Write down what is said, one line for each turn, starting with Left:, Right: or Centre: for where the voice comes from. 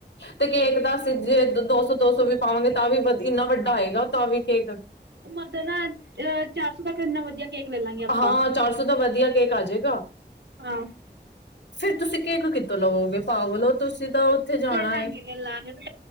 Left: ਤੇ ਕੇਕ ਤਾਂ ਅਸੀਂ ਜੇ ਦੋ ਸੌ ਦੋ ਸੌ ਵੀ ਪਾਵਾਂਗੇ ਤਾਂ ਵੀ ਇੰਨਾ ਵੱਡਾ ਹੋਏਗਾ ਤਾਂ ਵੀ ਕੇਕ।
Right: ਮਤਲਬ ਨਾ ਅਹ ਚਾਰ ਸੌ ਤੱਕ ਇੰਨਾ ਵਧੀਆ। ਕੇਕ ਲੈ ਲਾਂਗੇ ਆਪਾਂ
Left: ਹਾਂ ਚਾਰ ਸੌ ਦਾ ਵਧੀਆ ਕੇਕ ਆ ਜੇਗਾ।
Right: ਹਾਂ।
Left: ਫੇਰ ਤੁਸੀਂ ਕੇਕ ਕਿਤੋਂ ਲਓਗੇ ਪਾਗਲੋ ਤੁਸੀਂ ਤਾਂ ਉੱਥੇ ਜਾਣਾ
Right: ਲੈ ਲਾਂਗੇ
Left: ਏ।
Right: ਲੈ ਲਾਂਗੇ ਤੂੰ